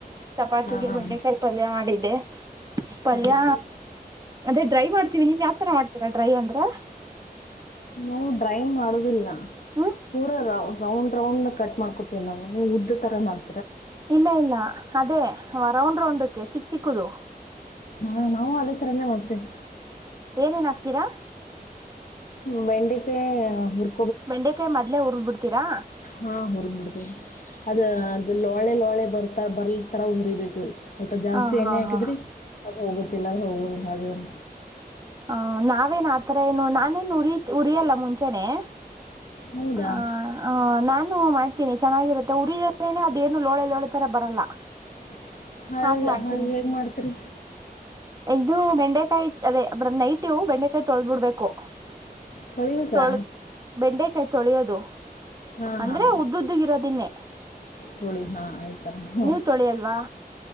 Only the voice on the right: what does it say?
ಚಪಾತಿಗೆ
ಬೆಂಡೆಕಾಯಿ ಪಲ್ಯ ಮಾಡಿದ್ದೆ ಪಲ್ಯ
ಮತ್ತೆ ಡ್ರೈ ಮಾಡ್ತೀವಿ ನಿಮ್ ಯಾವತರ ಮಾಡ್ತೀರಾ ಡ್ರೈ ಅಂದ್ರೆ
ಹ್ಮ್
ಇಲ್ಲ ಇಲ್ಲ ಅದೇ ರೌಂಡ್ ರೌಂಡ್ ಚಿಕ್ ಚಿಕ್ಕದು
ಏನೇನ್ ಹಕ್ತೀರಾ
ಬೆಂಡೆಕಾಯಿ ಮೊದ್ಲೇ ಉರದುಕೋ ತ್ತೀರಾ
ಹ ಹಾ
ಹಾ
ಹ ನಾವೇನ್ ಆತರ ಏನು ನಾನೇನು ಉರಿ ಉರಿಯಲ್ಲ ಮುಂಚೆನೆ
ಹ ಹ ನಾನ್ ಮಾಡ್ತೀನಿ ಚೆನ್ನಾಗಿರುತ್ತೆ ಉರಿದೇನೆ ಅದೇಏನು ಲೋಳೆಲೋಳೆ ತರ ಬರಲ್ಲ
ಹಾಗ್ ಮಾಡ್ತೀನಿ
ಇದು ಬೆಂಡೆಕಾಯಿ ಅದೇ ನೈಟ್ ಬೆಂಡೆಕಾಯಿ ತೊಳಬಿಡ್ಬೇಕು
ತೊಳದ್ ಬೆಂಡೆಕಾಯಿ ತೊಳೆಯದು
ಅಂದ್ರೆ
ಉದ್ದುದ್ದುಗಿರೋದನ್ನೇ
ನೀವ್ ತೊಳಿಯಲ್ವಾ